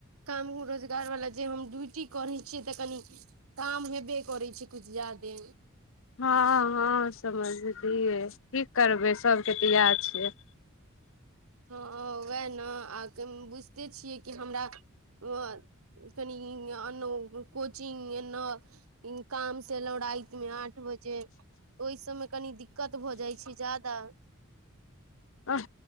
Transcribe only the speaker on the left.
हँ हँ समझलियै की करबै सबके तऽ इएह छै
अह